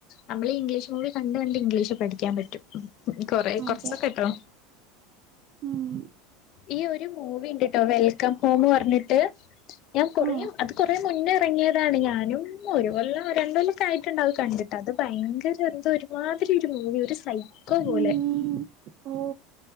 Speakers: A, on the left (about 50°); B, on the right (about 50°).
A: നമ്മള് ഇംഗ്ലീഷ് മീഡിയം കണ്ട് കണ്ട് ഇംഗ്ലീഷ് പഠിക്കാൻ പറ്റും കൊറ
B: അതെ
A: കൊറച്ചൊക്കെ കേട്ടോ
B: ഉം
A: ഈ ഒരു മൂവി ഉണ്ടട്ടോ വെൽക്കം ഹോം പറഞ്ഞിട്ട് ഞാൻ കുറേ
B: ആ
A: അത് കുറേ മുന്നേ ഇറങ്ങിയതാണ് ഞാനും ഒരു കൊല്ലം രണ്ട്കൊല്ലൊക്കെ ആയിട്ടുണ്ടാവും അത് കണ്ടിട്ട് അത് ഭയങ്കര എന്ത ഒരുമാതിരി ഒരു മൂവി ഒരു സൈക്കേ ക്ക പോലെ
B: ഉം ഓ